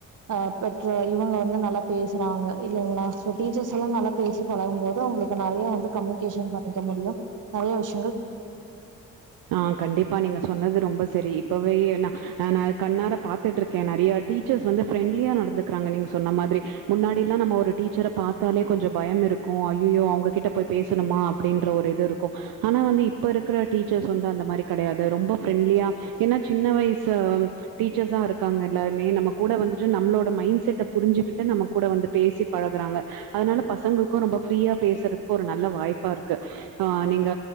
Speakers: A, on the right; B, on the right.
A: அஹா பெற்ற இவுங்க வந்து நல்லா பேசுறாங்க இல்லைங்குளா சோ டீச்சர்ஸ் எல்லா நல்லாப் பேசி பழகும் போது அவுங்களுக் ந்த நெறியா வந்து கம்யூனிகேஷன் பண்ணிக்க முடியும் நெறைய விஷ்
B: ஆஹா கண்டிப்பா நீங்க சொன்னது ரொம்பஸ் சேரி இப்பவே என ஹ நா கண்ணார பாத்துட்டு இருக்கே நெறைய டீச்சர்ஸ் வந்து ஃப்ரெண்ட்லியா நடந்துக்குறாங்க நீங்க சொன்ன மாதிரி முன்னாடி எல்லா நம்ம ஒரு டீச்சர பாத்தாலே கொஞ்ச பயம் இருக்கும் ஐயியோ அவுங்ககிட்ட போய் பேசுணுமா அப்டின்ற ஒரு இது இருக்கு ஆனா வந்து இப்ப இருக்கிற டீச்சர்ஸ் வந்து அந்த மாரி கெடையாது ரொம்ப ஃப்ரெண்ட்லியா ஏன்னா சின்ன வயசு டீச்சர்ஸா இருக்காங்க எல்லாருமே நம்ம கூட வந்துட்டு நம்மளோட மைண்ட் செட் புரிஞ்சுக்கிட்டு நம்ம கூட வந்துட் பேசி பழகுறாங்க அதுனால பசங்களுக்கும் ரொம்ப ஃப்ரீயா பேசுறதுக்கு ஒரு நல்ல வாய்ப்பா இருக்கு ஆஹா நீங்க